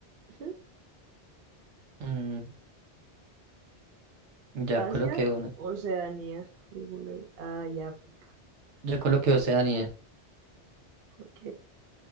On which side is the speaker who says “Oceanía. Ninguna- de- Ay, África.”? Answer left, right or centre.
Right